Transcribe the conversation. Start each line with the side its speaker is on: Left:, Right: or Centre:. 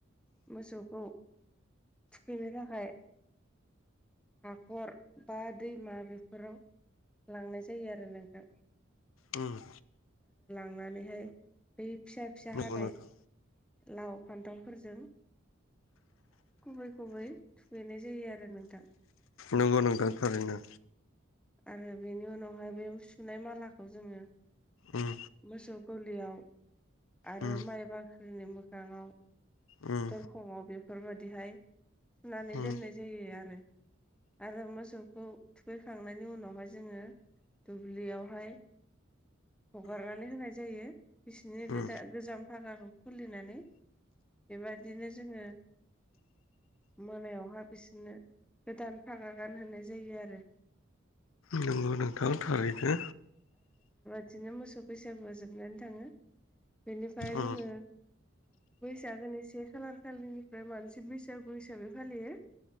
Centre: मोसौखौ थुखैनो थाखाय हाखर बा दैमा बेफोराव लांनाय जायो आरो नोंथां।
Left: उम
Centre: नानैहाय बै फिसा फिसा
Left: नंगौ
Centre: हानाय
Left: नोंथां
Centre: लाव फान्थावफोरजों खुबै खुबै थुखैनाय जायो आरो नोंथां।
Left: नंगौ नोंथां थारैनो।
Centre: आरो बेनि उनावहाय बे सुनाय मालाखौ जोङो
Left: उम
Centre: मोसौ गलियाव आरो
Left: उम
Centre: माइ बाख्रिनि मोखाङाव
Left: उम
Centre: दरखंआव बेफोरबादिहाय थुनानै
Left: उम
Centre: दोननाय जायो आरो। आरो मोसौखौ थुखै खांनायनि उनावहाय जोङो दुब्लियावहाय हगारनानै होनाय जायो। बिसिनि गोदा-गोजाम
Left: उम
Centre: फागाखौ खुलिनानै बेबादिनो जोङो मोनायावहा बिसोनो गोदान फागा गानहोनाय जायो आरो।
Left: नोंगौ नोंथां थारैनो।
Centre: बिदिनो मोसौ बैसागुआ जोबनानै थाङो। बेनिफाय
Left: उम
Centre: जोङो बैसागोनि से खालार खालिनिफ्राय मानसि बैसागु हिसाबै फालियो।